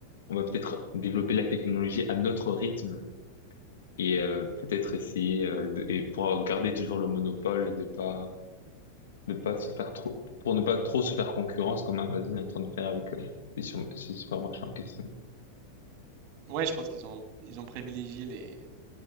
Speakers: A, on the left (about 85°); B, on the right (about 50°).
A: on va peut-être développer la technologie à notre rythme et euh, peut-être essayer euh, de, et pour garder toujours le monopole et de pas de pas se faire trop pour ne pas trop se faire concurrence comme Amazon est en train de faire avec euh, les sur- ces supermarchés en question.
B: Ouais, je pense qu'ils ont, ils ont privilégié les,